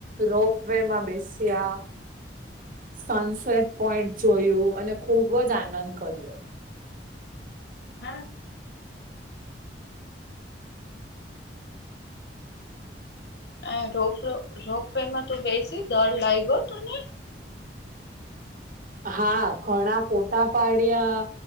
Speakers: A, on the right; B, on the left.
A: રોપ વે માં બેસ્યા સનસેટ પોઈન્ટ જોયું અને ખુબ જ આનંદ કર્યો.
B: હા. અ રોપવે રોપવેેમાં તો બેસી ડર લાગ્યો તને?
A: હા ધણા ફોટા પાડ્યા